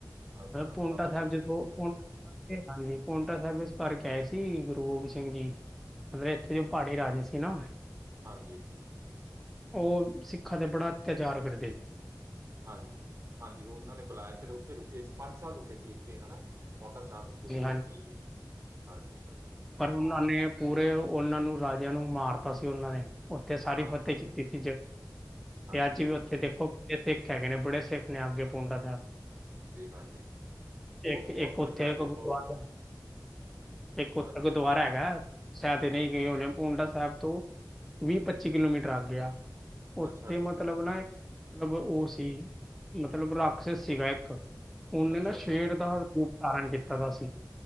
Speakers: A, on the right; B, in the centre.
A: ਅੱਛਾ
B: ਪੋਂਟਾ
A: ਬਾਬਾ
B: ਸਾਹਿਬ
A: ਦੀਪ
B: ਜਦੋਂ
A: ਸਿੰਘ ਜੀ ਦਾ
B: ਹਾਂਜੀ, ਹਾਂਜੀ ਪੋਟਾ ਸਾਹਿਬ ਇਸ ਕਰਕੇ ਆਏ ਸੀ 'ਗੁਰੂ ਗੋਬਿੰਦ ਸਿੰਘ ਜੀ'। ਇੱਥੇ ਪਹਾੜੀ ਰਾਜੇ ਸੀ ਨਾ।
A: ਹਾਂਜੀ।
B: ਉਹ ਸਿੱਖਾਂ ਦੇ ਬੜਾ ਅਤਿਆਚਾਰ ਕਰਦੇ
A: ਹਾਂਜੀ, ਹਾਂਜੀ, ਉਹਨਾਂ ਨੇ ਬੁਲਾਇਆ ਫਿਰ ਉੱਥੇ ਰੁਕੇ ਪੰਜ ਸਾਲ ਰੁਕੇ ਸੀ ਇੱਥੇ ਹੈਨਾ ਪੌਂਟਾ ਸਾਬ। ਗੁਰੂ
B: ਜੀ
A: ਗੋਬਿੰਦ
B: ਹਾਂਜੀ
A: ਸਿੰਘ ਜੀ ਹਾਂਜੀ, ਹਾਂਜੀ।
B: ਪਰ ਉਹਨਾਂ ਨੇ ਪੂਰੇ ਉਹਨਾਂ ਨੂੰ ਰਾਜਿਆਂ ਨੂੰ ਮਾਰਤਾ ਸੀ ਉਹਨਾਂ ਨੇ। ਉੱਥੇ ਸਾਰੀ
A: ਹਾਂ,
B: ਫਤਿਹ
A: ਹਾਂ,
B: ਕੀਤੀ ਸੀ ਜੇ ਤੇ
A: ਹਾਂਜੀ,
B: ਅੱਜ ਵੀ ਉੱਥੇ ਦੇਖੋ ਦੇਖ ਕੇ ਬੜੇ <unintelligible> ਪੋਂਟਾ ਸਾਹਿਬ।
A: ਜੀ ਹਾਂਜੀ। ਬਹੁ
B: ਇੱਕ,
A: ਬਹੁਤ
B: ਇੱਕ ਉੱਥੇ
A: ਵੱਡਾ
B: ਗੁਰਦੁਆਰਾ
A: ਤੇ ਬਹੁਤ
B: ਇੱਕ ਉਥੇ
A: ਹਾਂਜੀ,
B: ਦਵਾਰਾ ਹੈਗਾ ਸੈਚੜੇ ਦੇ ਗਏ ਹੋਨੇ, ਪੋੰਟਾ ਸਾਹਿਬ ਤੋਂ ਵੀਹ, ਪੱਚੀ ਕਿਲੋਮੀਟਰ ਅੱਗੇ ਆ। ਉੱਥੇ
A: ਅੱਛਾ ਜੀ,
B: ਮਤਲਬ ਨਾ ਮਤਲਬ ਉਹ ਸੀ ਮਤਲਬ ਰਾਕਸ ਸੀਗਾ ਇੱਕ ਉਹਨੇ
A: ਅੱਛਾ
B: ਨਾ ਸ਼ੇਰ
A: ਜੀ,
B: ਦਾ ਰੂਪ ਧਾਰਨ ਕੀਤਾ ਦਾ ਸੀ।